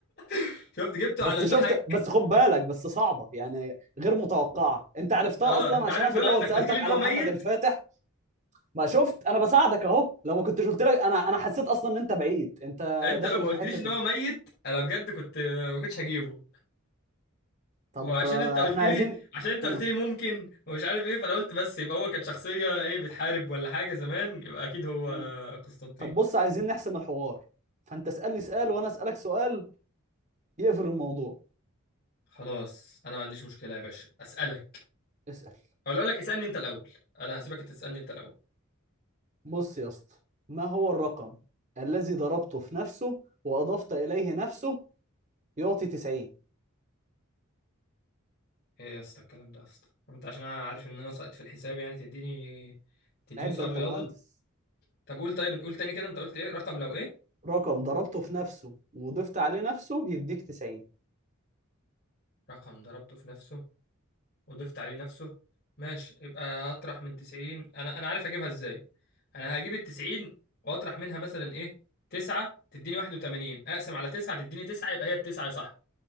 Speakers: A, on the left; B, on the right.
A: <laughs> شفت جبته
B: بس
A: على المحك
B: شفت بس خد بالك بس صعبة يعني غير متوقعة انت عرفتها
A: اه
B: اصلا
A: انت
B: عشان
A: عارف
B: أنا
A: لولا
B: في الاول
A: انك
B: سألتك
A: قلت لي ان
B: على
A: هو
B: محمد
A: ميت
B: الفاتح ما شفت انا بساعدك اهو لو ما كنتش قلت لك انا انا حسيت اصلا ان انت بعيد انت
A: انت
B: داخل
A: لو ما
B: في
A: قلتليش
B: حتة
A: ان هو
B: ال-
A: ميت انا بجد كنت ما كنتش هجيبه
B: طب
A: وعشان
B: آه،
A: انت قلت
B: احنا عايزين
A: لي عشان انت
B: مم.
A: قلت لي ممكن ومش عارف ايه فانا قلت بس يبقى هو كانت شخصية ايه بتحارب ولا حاجة زمان يبقى اكيد هو
B: مم.
A: قسطنطين
B: طب بص عايزين نحسم الحوار فانت اسألني سؤال وانا اسألك سؤال يقفل الموضوع
A: خلاص انا ما عنديش مشكلة يا باشا اسالك
B: اسأل
A: او اقول لك اسالني انت الاول انا هسيبك انت تسالني انت الاول
B: بص يا اسطى ما هو الرقم الذي ضربته في نفسه واضفت اليه نفسه يعطي 90
A: ايه يا اسطى الكلام ده يا اسطى انت عشان انا عارف ان انا ساقط في الحساب يعني تديني تديني
B: عيب
A: سؤال
B: ده انت
A: رياضة
B: مهندس
A: طب قول طيب قول تاني كده انت قلت ايه رقم لو ايه
B: رقم ضربته في نفسه وضفت عليه نفسه يديك 90
A: رقم ضربته في نفسه وضفت عليه نفسه ماشي يبقى هطرح من 90 انا انا عارف اجيبها ازاي انا هجيب ال 90 واطرح منها مثلا ايه 9 تديني 81 اقسم على 9 تديني 9 يبقى هي التسعة يا صاحبي